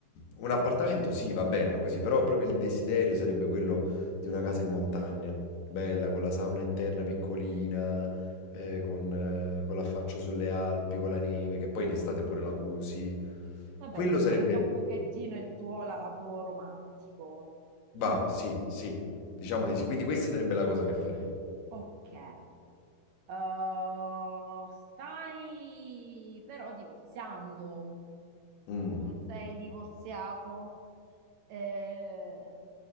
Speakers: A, on the left (about 85°); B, on the right (about 75°).
A: Un appartamento, sì, va bene, o così, però proprio il desiderio sarebbe quello di una casa in montagna, bella, con la sauna interna piccolina, eh, con, eh,
B: mm.
A: con l'affaccio sulle Alpi, con la neve, che poi in estate pure la usi.
B: Vabbè,
A: Quello
B: rispecchia
A: sarebbe...
B: un pochettino il tuo lato romantico.
A: Va,
B: Mm.
A: sì, sì, diciamo di sì. Quindi questa sarebbe la cosa che farei.
B: Ok. Uh, stai però divorziando,
A: Mm,
B: non sei divorziato. Eh,